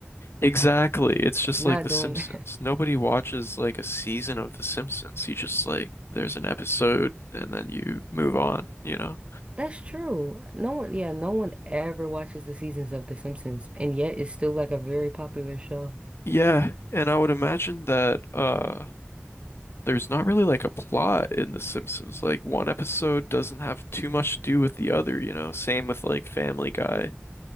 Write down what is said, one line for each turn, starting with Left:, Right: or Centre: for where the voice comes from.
Left: exactly. It's just
Right: I'm
Left: like
Right: not
Left: The
Right: doing
Left: Simpsons. Nobody watches like a season of The Simpsons. You just like there's an episode and then you move on, you know?
Right: That's true. No one, yeah, no one ever watches the seasons of The Simpsons, and yet it's still like a very popular show.
Left: Yeah, and I would imagine that uh there's not really like a plot in The Simpsons. Like one episode doesn't have too much to do with the other, you know. Same with like Family Guy.